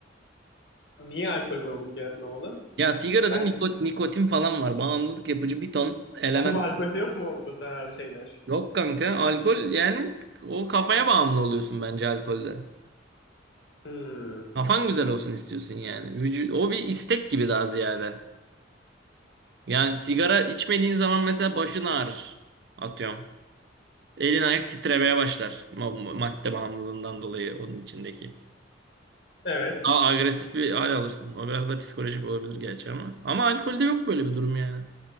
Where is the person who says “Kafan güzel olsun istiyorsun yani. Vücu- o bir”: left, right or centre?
Right